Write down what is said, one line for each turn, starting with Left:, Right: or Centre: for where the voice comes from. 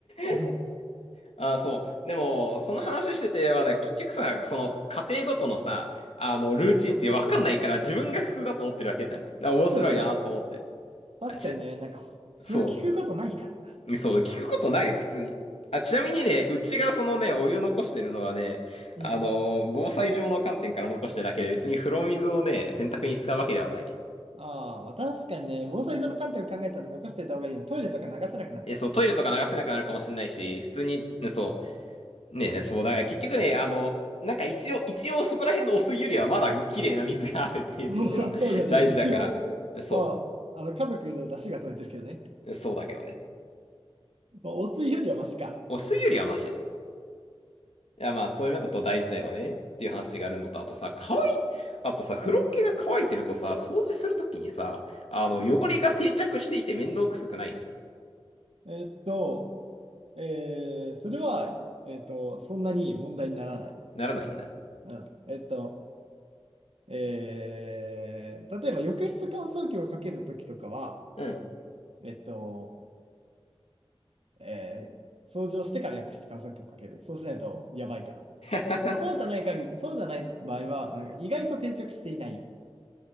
Right: ううん、
Left: <laughs> あ、そう。でも、その話しててはね、結局さ、その、家庭ごとのさ、あの、ルーチンってわかんないから、自分が普通だと思ってるわけじゃん。だから面白いなと思って。
Right: そうだね。確かにね、
Left: あ、ちな、
Right: なんか、そう聞くことないからな。
Left: そう、そう、聞くことない、普通に。あ、ちなみにね、うちがそのね、お湯残してるのはね、
Right: うん。
Left: あの、防災上の観点から残してるだけで、別に風呂水をね、洗濯に使うわけではない。
Right: ああ、まあ確かにね、防災上の観点を考えたら残しておいた方がいいよ。トイレとか流せなくなっちゃうもんね。
Left: え、そう、トイレとか流せなくなるかもしれないし、普通に、ねそう、ね、そう、だから結局ね、あの、なんか一応、一応そこら辺のお湯よりはまだ綺麗な水があるっていう点では
Right: <laughs> そうだね、
Left: <laughs> 大事だから、
Right: 一応。
Left: そ
Right: まあ、あの、家族の出汁が取れてるけどね。
Left: う、そうだけどね。
Right: まあ、お水よりはマシか。
Left: お水よりはマシ。いや、まあ、そういう面だと大事だよねっていう話があるのと、あとさ、乾い、あとさ、風呂桶が乾いてるとさ、掃除するときにさ、あの、
Right: うん。
Left: 汚れが定着していて面倒くさくないの
Right: えーっと、えーそれは、えーっと、そんなに問題にならない。
Left: ならないんだ。
Right: うん。えーっと、えー例えば浴室乾燥機をかけるときとかは、
Left: うん。
Right: えーっと、えー掃除をしてから浴室乾燥機をかける。そうしないとやばいから。
Left: <laughs>
Right: そうじゃない限り、そうじゃない場合は、なんか意外と定着していない。